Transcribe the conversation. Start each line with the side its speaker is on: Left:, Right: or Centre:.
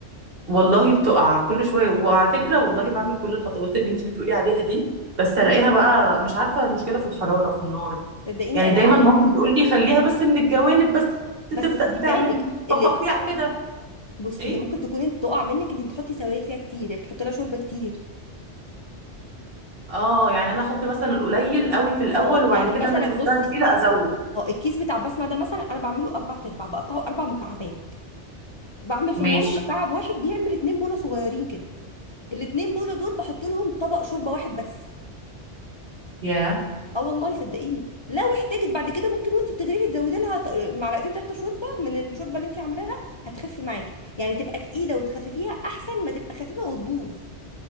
Right: والله بتقع كل شويه وعلى فكره والله بعمل كل الخطوات اللي انت بتقولي عليها دي بس الاقيها
Left: مم.
Right: بقى مش عارفه المشكله في الحراره في النار
Left: صدقيني
Right: يعني
Left: انا
Right: دايما
Left: قعدت
Right: مامتي تقول لي خليها بس من الجوانب بس تبدا
Left: بس خدي بالك
Right: تعمل فقاقيع
Left: اللي
Right: كده
Left: بصي
Right: ايه
Left: هي ممكن تكون انت تقع منك انت بتحطي سوائل فيها كتير يعني بتحطي لها شوربه كتير
Right: اه يعني انا احط مثلا القليل قوي في الاول
Left: اه
Right: وبعد
Left: يعني
Right: كده
Left: مثلا
Right: انا شفتها
Left: بصي
Right: تقيله ازود
Left: اه الكيس بتاع بسمه ده مثلا انا بعمله اربع ارباع بقطعه اربع مكعبات بعمل في المره
Right: ماشي
Left: مكعب واحد بيعمل اتنين بوله صغيرين كده الاتنين بوله دول بحط لهم طبق شوربه واحد بس
Right: ياه
Left: اه والله صدقيني لو احتاجت بعد كده ممكن وانت بتغرفي تزودي لها ط- معلقتين ثلاثه شوربه من الشوربه اللي انت عاملاها هتخف معاكي يعني تبقى تقيله وتخففيها احسن ما تبقى خفيفه وتبوظ